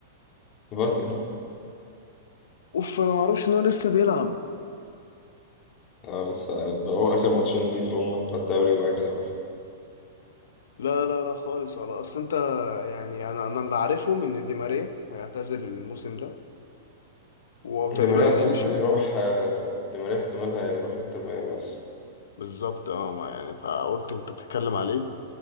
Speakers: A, on the left (about 35°); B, on the left (about 85°).
A: فارتي
B: اوف انا ما اعرفش ان هو لسه بيلعب
A: اه لسه هو اخر ماتشين ليه اللي هم بتوع الدوري وبعد كده بقى
B: لا لا لا خالص ولا اصل انت يعني انا انا اللي عارفه ان دي ماريا هيعتزل الموسم ده وتقريبا
A: دي ماريا اصلا
B: هيمشي
A: احتمال يروح آه، دي ماريا احتمال هيروح انتر ميامي اصلا
B: بالظبط اه ما يعني فقلت انت بتتكلم عليه